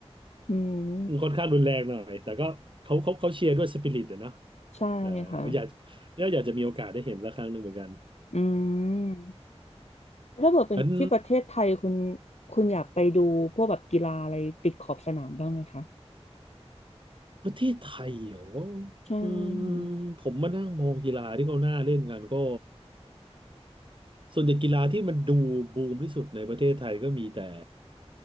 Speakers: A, on the left; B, on the right.
A: อืม
B: มันค่อนข้างรุนแรงหน่อยแต่ก็เขาเขาเขาเชียร์ด้วยสปิริตอะเนาะ
A: ใช่ค่ะ
B: เอออยากแล้วอยากจะมีโอกาสได้เห็นละครั้งหนึ่งเหมือนกัน
A: อืมแล้วถ้าเกิดเป็นที่ประเทศไทยคุณ
B: งั้น
A: คุณอยากไปดูพวกแบบกีฬาอะไรติดขอบสนามบ้างไหมคะ
B: ประเทศไทยเหรอ
A: ใช่
B: อืมผมมานั่งมองกีฬาที่เขาหน้าเล่นกันก็ส่วนใหญ่กีฬาที่มันดูบูมที่สุดในประเทศไทยก็มีแต่